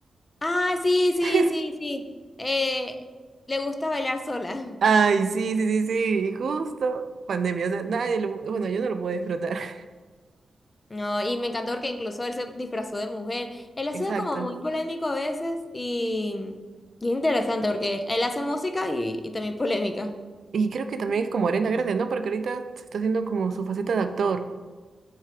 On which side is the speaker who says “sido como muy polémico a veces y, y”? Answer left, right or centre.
Left